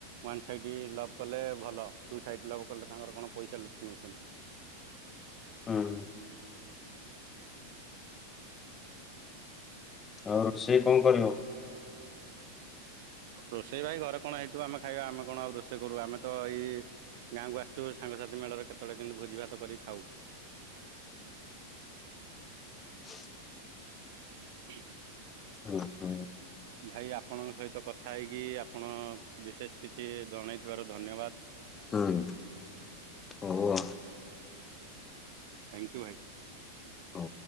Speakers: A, on the right (about 50°); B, on the left (about 20°).
A: ୱାନ୍ ସାଇଡ୍ ଲଭ୍ କଲେ ଭଲ ଟୁ ସାଇଡ ଲଭ୍ କଲେ ତାଙ୍କର କଣ ପଇସା ଲୁଟି ନଉଛନ୍ତି। <inaudible>
B: ହୁଁ। ହୁଁ ହୁଁ ଆଉ ସେ କଣ କରିବ?
A: ରୋଷେଇ ଭାଇ ଘରେ କଣ ହେଇଥିବ ଆମେ ଖାଇବା ଆମେ କଣ ଆଉ ରୋଷେଇ କରୁ ଆମେ ତ ଏଇ ଗାଁକୁ ଆସିଛୁ ସାଙ୍ଗସାଥି ମେଳରେ କେତେବେଳେ କେମିତି ଭୋଜି ଭାତ କରି ଖାଉ। <inaudible>
B: <inaudible>
A: ଠିକ
B: ହୁଁ ହୁଁ।
A: ଭାଇ ଆପଣଙ୍କ ସହିତ କଥା ହେଇକି କି ଆପଣ ବିଶେଷ କିଛି ଜଣେଇଥିବାରୁ ଧନ୍ୟବାଦ।
B: ହୁଁ ଓହୋ।
A: ଥ୍ୟାଙ୍କୟୁ ଭାଇ।
B: ହଉ।